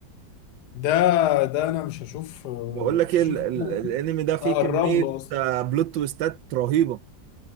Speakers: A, on the left; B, on the right.
A: ده ده انا مش هشوف آه،
B: بقول لك
A: مش
B: ايه ال-
A: هشوف
B: ال-
A: حاجة
B: الانمي ده فيه
A: اقرب
B: كميه
A: له اصلا
B: آه، بلوت تويستات رهيبه